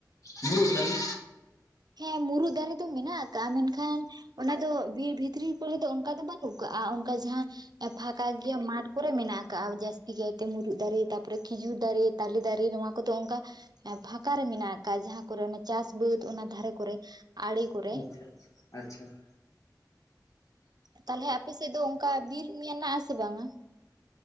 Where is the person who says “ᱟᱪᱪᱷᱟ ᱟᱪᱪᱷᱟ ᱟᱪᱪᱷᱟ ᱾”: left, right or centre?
Left